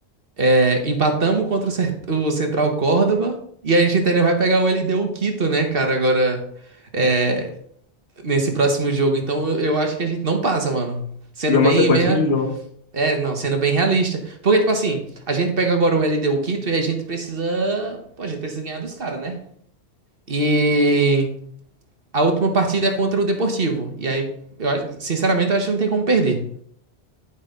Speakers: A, on the right; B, on the left.
A: é, empatamos contra o, Cer- o Central Córdoba e a gente ainda vai pegar o LDU Quito, né, cara, agora é, nesse próximo jogo. Então eu, eu acho que a gente não passa, mano. Sendo
B: E é uma
A: bem,
B: sequência
A: bem, rea-
B: de jogos.
A: é, não, sendo bem realista. Porque, tipo assim, a gente pega agora o LDU Quito e a gente precisa, pô, a gente precisa ganhar dos caras, né? E A última partida é contra o Deportivo. E aí, eu acho- sinceramente, eu acho que não tem como perder.